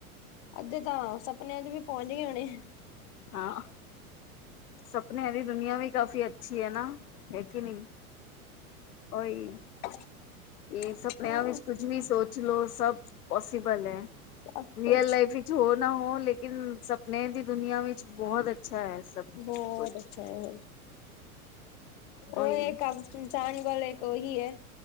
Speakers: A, on the left; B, on the left.
A: ਅੱਧੇ ਤਾਂ ਸਪਨਿਆਂ ਚ' ਵੀ ਪਹੁੰਚ ਗ ਹੋਣੇ।
B: ਹਾਂ। ਸਪਨਿਆਂ ਦੀ ਦੁਨੀਆਂ ਵੀ ਕਾਫ਼ੀ ਅੱਛੀ ਹੈ ਨਾ। ਇਥੇ ਨੀ। ਓਹੀ।
A: ਉਹੀ
B: ਇਹ ਸਪਨਿਆਂ
A: ਹੋਰ
B: ਵਿੱਚ ਕੁਝ ਵੀ ਸੋਚ ਲੋਓ ਸਭ ਪਸੀਬਲ ਹੈ।
A: ਸਭ
B: ਰੀਅਲ
A: ਕੁਛ
B: ਲਾਈਫ ਵਿੱਚ ਹੋ ਨਾ ਹੋ ਲੇਕਿਨ ਸਪਨੇ ਦੀ ਦੁਨੀਆਂ ਵਿੱਚ ਬਹੁਤ ਅੱਛਾ ਹੈ ਸਭ।
A: ਬਹੁਤ
B: ਕੁਛ
A: ਅੱਛਾ ਹੈ।
B: ਉਹੀ
A: ਉਹ ਇਹ ਕੰਮ ਜਾਣ ਵਾਲੇ ਇੱਕ ਉਹੀ ਹੈ।